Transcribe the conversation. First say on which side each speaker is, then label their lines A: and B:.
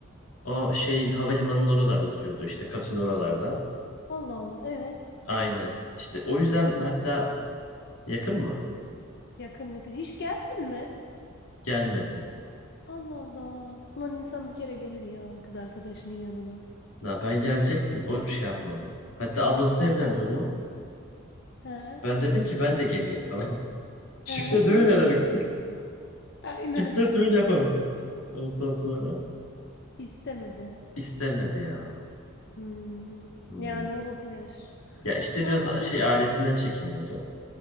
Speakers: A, on the left (about 90°); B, on the left (about 55°).
A: o şey havalimanının oralarda oturuyordu işte katın oralarda.
B: Allah Allah evet.
A: Aynen. İşte o yüzden
B: Yakın. mı?
A: hatta yakın mı?
B: Yakın yakın. Hiç geldin mi?
A: Gelmedim.
B: Allah Allah. Ulan insan bir kere gelir ya kız arkadaşının yanına.
A: Ya ben gelecektim. O bir şey yapmadı. Hatta ablası
B: Hem-
A: evlendi onu.
B: He,
A: Ben dedim ki ben de geleyim falan. <laughs> Çifte
B: he,
A: düğün
B: iyi
A: ederim.
B: demiş.
A: <laughs>
B: Aynen.
A: Çifte düğün yaparım. Ondan sonra
B: İstemedi.
A: istemedi ya.
B: Hmm,
A: Hmm.
B: yani olabilir.
A: Ya işte
B: Vallahi
A: biraz şey
B: iyi. değil.
A: ailesinden çekiniyordu.